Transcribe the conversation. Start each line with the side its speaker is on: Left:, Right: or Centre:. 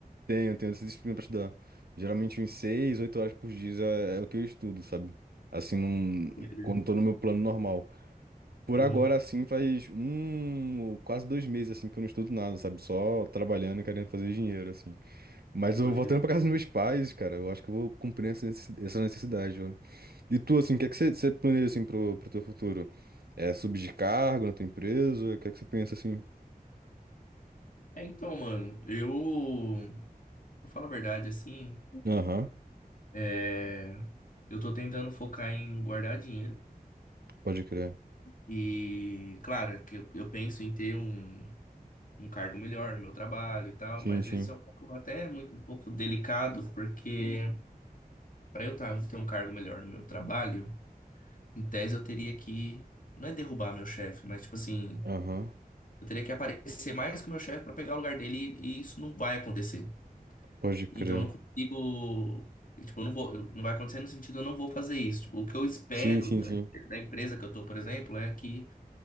Right: Tenho, tenho essa disciplina pra estudar. Geralmente uns seis, oito horas por dia é, é o que eu estudo, sabe? Assim, num-
Left: Pode crer.
Right: quando tô no meu plano normal. Por
Left: Uhum.
Right: agora, assim, faz um, quase dois meses, assim, que eu não estudo nada, sabe? Só trabalhando e querendo fazer dinheiro, assim. Mas
Left: Pode
Right: eu voltando
Left: crer.
Right: pra casa dos meus pais, cara, eu acho que eu vou cumprir essa necess- essa necessidade, velho. E tu, assim, o que é que você você planeja, assim, pro, pro teu futuro? É subir de cargo na tua empresa? O que é que você pensa, assim?
Left: É, então, mano, eu. Pra falar a verdade, assim.
Right: Aham,
Left: É, eu tô tentando focar em guardar dinheiro.
Right: pode crer.
Left: E, claro, que eu, eu penso em ter um, um cargo melhor no meu trabalho e tal,
Right: Sim,
Left: mas
Right: sim.
Left: isso é um pouco, até muito, um pouco delicado, porque para eu tá- ter um cargo melhor no meu trabalho. Em tese, eu teria que. Não é derrubar meu chefe, mas tipo assim.
Right: Aham,
Left: Eu teria que aparecer mais que o meu chefe pra pegar o lugar dele e, e isso não vai acontecer.
Right: pode crer.
Left: Então eu não consigo. Tipo, eu não vou, eu- não vai acontecer no sentido eu não vou fazer isso. Tipo, o que eu espero
Right: Sim, sim,
Left: da,
Right: sim.
Left: da empresa que eu tô, por exemplo, é que